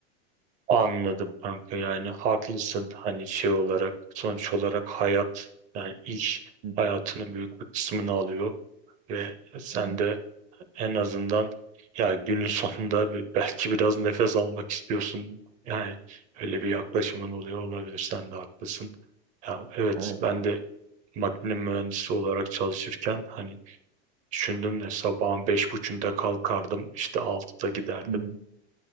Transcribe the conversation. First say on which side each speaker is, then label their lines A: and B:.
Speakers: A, on the right; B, on the right.
A: Anladım kanka yani haklısın hani şey olarak sonuç olarak hayat yani iş
B: Hı hı,
A: hayatının büyük bir kısmını alıyor ve sen
B: hı hı.
A: de en azından ya günün <laughs> sonunda bir, belki biraz nefes almak istiyorsun. Yani öyle bir yaklaşımın oluyor olabilir sen de haklısın. Ya evet
B: Evet.
A: ben de makine mühendisi olarak çalışırken hani düşündüm de sabahın beş buçuğunda kalkardım işte altıda giderdim
B: Hı hı,